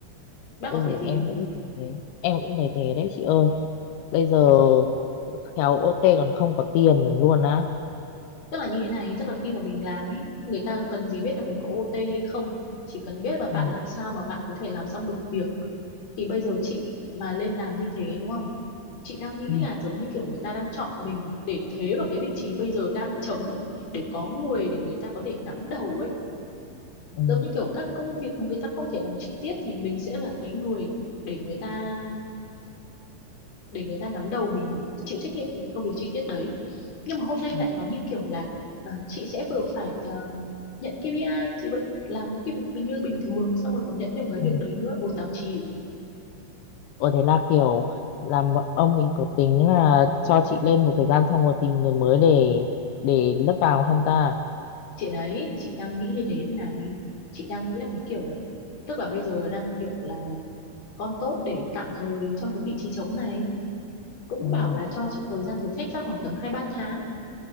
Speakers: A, on the left; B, on the left.
A: bác
B: ừ,
A: có thấy thế
B: em cũng thấy thế em cũng thấy thế đấy chị ơi bây giờ khéo OT còn không có tiền luôn á
A: tức là như thế này tức là khi mà mình làm ấy người ta cần gì biết là mình có OT hay không chỉ cần biết là bạn
B: ừ.
A: làm sao mà bạn có thể làm xong được việc thì bây giờ chị mà lên làm như thế đúng không chị đang nghĩ
B: Ừ.
A: là giống như kiểu người ta đang chọn mình để thế vào cái vị trí bây giờ đang trống để có người để người ta có thể nắm đầu ấy
B: Ừ.
A: giống như kiểu các công việc mà người ta không thể làm chi tiết thì mình sẽ là cái người để người ta để người ta nắm đầu mình chịu trách nhiệm với công việc chi tiết đấy nhưng mà hôm nay lại
B: Ừ.
A: nói như kiểu là ờ, chị sẽ vừa phải ờ, nhận KPI chị vẫn làm những cái việc bình- như bình thường xong rồi còn nhận thêm một cái việc
B: Ừ.
A: đấy nữa ôi tao chịu
B: Ờ, thế là kiểu làm ông ấy có tính là cho chị lên một thời gian xong rồi tìm người mới để để lấp vào không ta
A: chị đấy thì chị đang nghĩ như thế thế này chị đang nghĩ là cái kiểu là tức là bây giờ đang kiểu là con tốt để tạm thời trong cái vị trí trống này cũng
B: ừ.
A: bảo là cho chị thời gian thử thách chắc khoảng tầm hai ba tháng